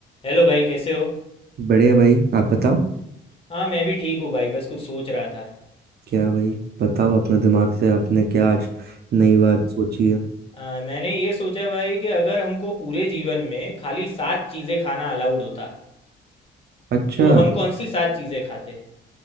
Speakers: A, on the left; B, on the right.
A: Hello भाई कैसे हो
B: बढ़िया भाई आप बताओ
A: हाँ मैं भी ठीक हूँ भाई बस कुछ सोच रहा था
B: क्या भाई बताओ अपने दिमाग से आपने क्या आज नई बात सोची है
A: आ, मैंने ये सोचा भाई कि अगर हमको पूरे जीवन में खाली सात चीज़ें खाना अलाउड होता
B: अच्छा
A: तो हम कौन सी सात चीज़ें खाते